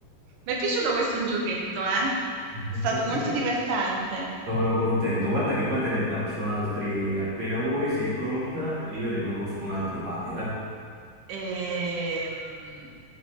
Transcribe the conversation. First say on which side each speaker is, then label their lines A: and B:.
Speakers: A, on the right (about 80°); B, on the right (about 40°).
A: mi è piaciuto questo giochetto, eh? È
B: <laughs>
A: stato molto divertente.
B: Sono contento. Guarda che poi te ne faccio altri appena vuoi, sei pronta e io ne conosco un altro paio, eh.
A: Ehm,